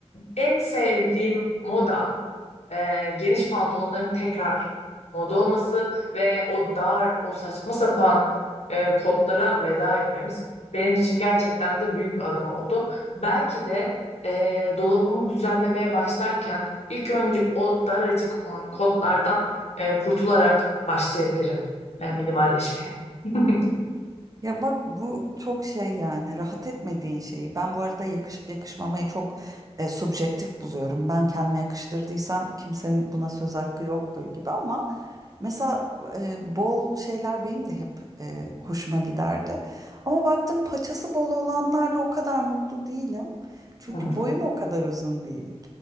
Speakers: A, on the left; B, on the right.
A: en sevdiğim moda e, geniş pantolonların tekrar moda olması ve o dar, o saçma sapan e, kotlara veda etmemiz benim için gerçekten de büyük bir adım oldu. Belki de e, dolabımı düzenlemeye başlarken ilk önce o daracık olan kotlardan e, kurtularak başlayabilirim e, minimalleşmeye. <laughs>
B: Ya bak bu çok şey yani rahat etmediğin şeyi. Ben bu arada yakışıp yakışmamayı çok e, subjektif buluyorum. Ben kendime yakıştırdıysam kimsenin buna söz hakkı yoktur gibi ama mesela e, bol şeyler benim de hep e, hoşuma giderdi. Ama baktım paçası bol olanlarla o kadar mutlu değilim. Çünkü
A: Hmm.
B: boyum o kadar uzun değil.